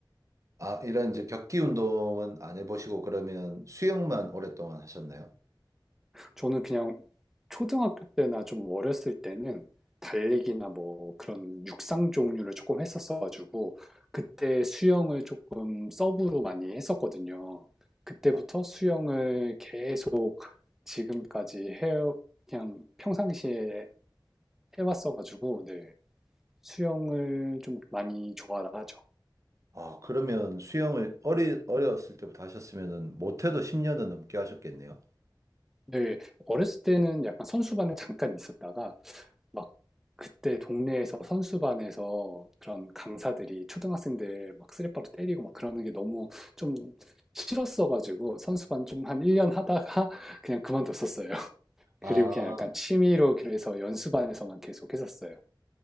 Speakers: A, on the right (about 40°); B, in the centre.
A: 아, 이런 이제 격기 운동은 안 해보시고 그러면 수영만 오랫동안 하셨나요?
B: 저는 그냥 초등학교 때나 좀 어렸을 때는 달리기나 뭐 그런 육상 종류를 조금 했었어가지고 그때 수영을 조금 서브로 많이 했었거든요. 그때부터
A: 아,
B: 수영을 계속 지금까지 해 그냥 평상시에 해왔어가지고 네 수영을 좀 많이 좋아라 하죠.
A: 아, 그러면 수영을 어리, 어렸을 때부터 하셨으면은 못해도 10년은 넘게 하셨겠네요.
B: 네. 어렸을 때는 약간 선수반에 잠깐 있었다가 막 그때 동네에서 선수반에서 그런 강사들이 초등학생들 막 쓰레빠로 때리고 막 그러는 게 너무 좀 싫었어 가지고 선수반 좀 한 1년 하다가 그냥 그만뒀었어요. <laughs>
A: 아,
B: 그리고 그냥 약간 취미로 그래서 연수반에서만 계속 했었어요.